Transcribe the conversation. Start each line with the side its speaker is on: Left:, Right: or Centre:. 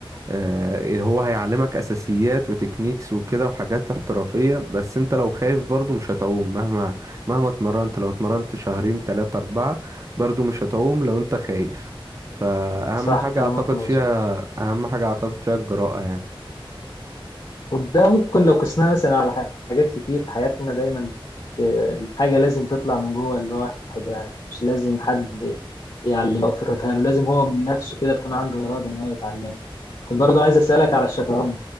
Right: آه، اللي هو هيعلمك اساسيات وتكنيكس وكده وحاجات احترافية بس انت لو خايف برضو مش هتعوم مهما مهما اتمرنت لو اتمرنت شهرين تلاتة اربعة برضو مش هتعوم لو انت خايف فاهم
Left: صح
Right: حاجة
Left: كلامك
Right: اعتقد
Left: مظبوط
Right: فيها اهم حاجة اعتقد فيها الجراءة يعني
Left: وده ممكن لو قسناه مثلا على حاجات كتير في حياتنا دايما بت- الحاجة لازم تطلع من جوه الواحد يعني مش لازم حد يعلمه أو يفرضها له لازم هو من نفسه كده تكون عنده إرادة إن هو يتعلمها كنت برضو عايز أسألك على الشطرنج